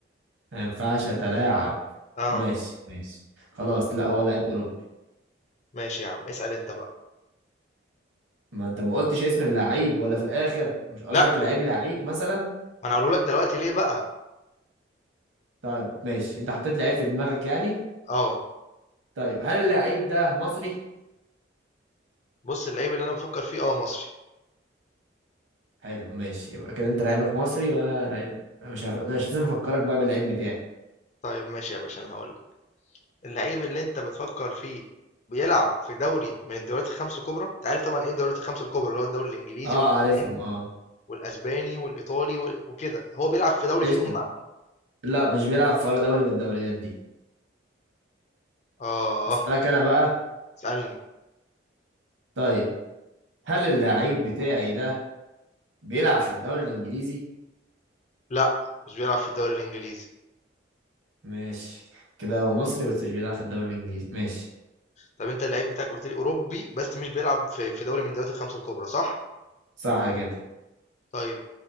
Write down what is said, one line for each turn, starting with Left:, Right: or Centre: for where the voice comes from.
Right: ما ينفعش اتلاعب
Left: اه
Right: ماشي ماشي خلاص لا هو لعيب أوروبي
Left: ماشي يا عم اسال انت بقى
Right: ما انت ما قلتش اسم اللعيب ولا في الاخر مش قصدك
Left: لأ،
Right: لعيب لعيب مثلا
Left: ما أنا هاقوله لك دلوقتي ليه بقى،
Right: طيب ماشي انت حطيت لعيب في دماغك يعني
Left: آه،
Right: طيب هل اللعيب ده مصري
Left: بُص اللعيب اللي أنا بافكّر فيه آه مصري،
Right: حلو ماشي يبقى كده انت لعيبك مصري وانا لعيب مش عارف مش لازم افكرك بقى باللعيب بتاعي
Left: طيب ماشي يا باشا أنا هاقول لك، اللعيب اللي أنت بتفكّر فيه بيلعب في دوري من الدوريات ال5 الكبرى، أنت عارف طبعًا إيه الدوريات ال5 الكبرى، اللي هو الدوري الإنجليزي
Right: اه
Left: والألماني
Right: عارفهم اه
Left: والأسباني والإيطالي و وكده، هو بيلعب في دوري
Right: قشطة
Left: فيهم بقى؟
Right: لا مش بيلعب في ولا دوري من الدوريات دي
Left: آه،
Right: اسالك انا بقى
Left: اسألني،
Right: طيب هل اللعيب بتاعي ده بيلعب في الدوري الانجليزي
Left: لأ، مش بيلعب في الدوري الإنجليزي،
Right: ماشي كده هو مصري بس مش بيلعب في الدوري الانجليزي ماشي
Left: طب أنت اللعيب بتاعك قُلت لي أوروبي بس مش بيلعب في في دوري من الدوريات ال5 الكبرى صح؟
Right: صح كده
Left: طيب،